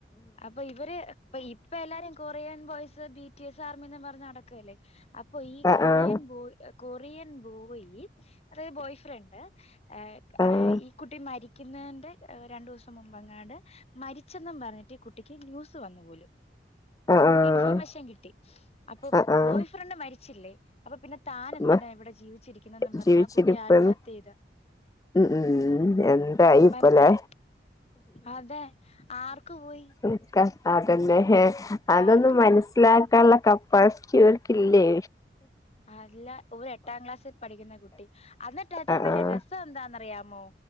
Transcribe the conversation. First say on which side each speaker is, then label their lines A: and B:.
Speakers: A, on the left; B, on the left.
A: അപ്പൊ ഇവര് ഇ ഇപ്പ എല്ലാരും Korean boys B T S ആർമിന്ന് പർഞ്ഞ് നടക്കല്ലേ അപ്പൊ ഈ
B: ആഹ്
A: കൊറിയൻ
B: ആഹ്
A: ബോയ് കൊറിയൻ ബോയി അതായത് ബോയ് ഫ്രണ്ട് അ്
B: ആഹ്
A: അ് ഈ കുട്ടി മരി ക്കുന്നന്റെ രണ്ടൂസം മുമ്പെങ്ങാണ്ട് മരിച്ചെന്നും പറഞ്ഞിട്ട് കുട്ടിക്ക് ന്യൂസ് വന്നു പോലും
B: ആഹ് ആഹ്
A: ഇൻഫോർമേഷൻ കിട്ടി അപ്പം
B: ആഹ് ആഹ്
A: ബോയ് ഫ്രണ്ട് മരി ച്ചിലെ അപ്പൊ പിന്നെ താ നെന്തിനാ
B: മ
A: ഇവിടെ ജീവിച്ചിരിക്കുന്നെന്നും പറഞ്ഞ്
B: ജീവിച്ചിരിപ്പന്ന്
A: ആ കുട്ടി ആത്മഹത്യ യ്ത്
B: ഉം ഉം എന്തായി ഇപ്പലെ
A: മൻസ്സിൽ അതെ ആർക്ക് പോയി
B: ൻക്ക അതെന്നെ ഹെ അതൊന്നും
A: ആർക്ക്
B: മനസ്സിലാക്കാൻള്ള
A: പോയി
B: കപ്പാസ്റ്റ്യൂരിറ്റില്ലേ
A: അല്ല ഒരട്ടാം ക്ലാസ്സിൽ പഠിക്കുന്ന കുട്ടി അന്നിട്ട്
B: ആഹ്
A: അതിര് വെല്ല്യ രസന്താന്നറിയാ മോ